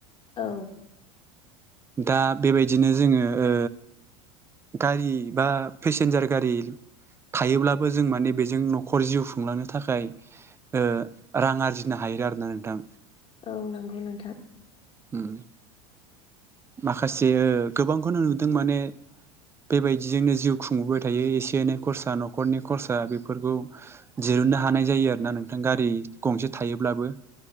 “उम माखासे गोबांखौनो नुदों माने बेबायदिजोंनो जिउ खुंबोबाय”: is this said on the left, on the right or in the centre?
Right